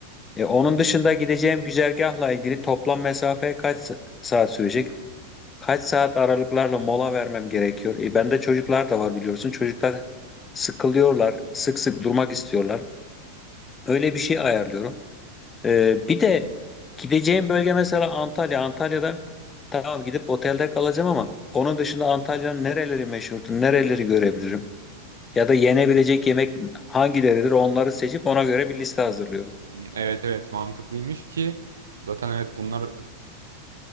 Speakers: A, on the left; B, on the right.
A: E, onun
B: Hmm,
A: dışında gideceğim güzergahla ilgili toplam mesafe kaç saat sürecek? Kaç saat aralıklarla mola vermem gerekiyor? E, bende çocuklar da var biliyorsun. Çocuklar sıkılıyorlar, sık sık durmak istiyorlar. Öyle bir şey ayarlıyorum. E, bir de gideceğim bölge mesela Antalya. Antalya'da tamam gidip otelde kalacağım ama onun dışında Antalya'nın nereleri meşhurdur, nereleri görebilirim? Ya da yenebilecek yemek hangileridir onları seçip ona göre bir liste hazırlıyorum.
B: Evet evet mantıklıymış ki zaten evet bunlar